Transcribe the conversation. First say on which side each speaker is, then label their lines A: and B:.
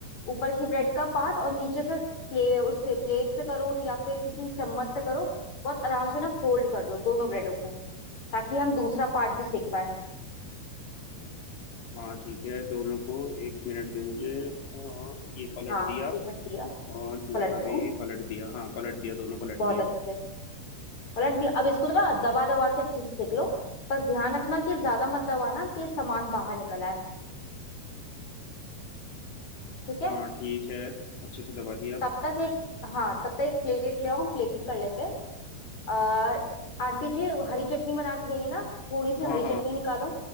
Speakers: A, on the left (about 45°); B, on the left (about 75°).
A: ऊपर की ब्रेड का पार्ट और नीचे से प्ले उससे प्लेट से करो या फिर किसी चम्मच से करो बहुत आराम से ना फोल्ड कर दो दोनों ब्रेडों को ताकि हम दूसरा पार्ट भी सेक पाए
B: हाँ ठीक है दोनों को एक मिनट दो मुझे आ, ये पलट
A: हाँ
B: दिया
A: एक मिनट दिया
B: और दूसरा
A: पलट दो
B: भी पलट दिया हाँ पलट दिया दोनों पलट
A: बहुत
B: दिए
A: अच्छे पलट दिया अब इसको ना दबा दबा के अच्छे से सेक लो बस ध्यान रखना कि ज्यादा मत दबाना कि सामान बाहर निकल आए ठीक है
B: हाँ ठीक है अच्छे से दबा दिया
A: तब तक एक हाँ तब तक एक प्लेट ले आओ हम प्लेटिंग कर लेते हैं अ, आंटी जी हरी चटनी बना के गई है ना थोड़ी सी
B: हाँ
A: हरी
B: हाँ
A: चटनी निकालो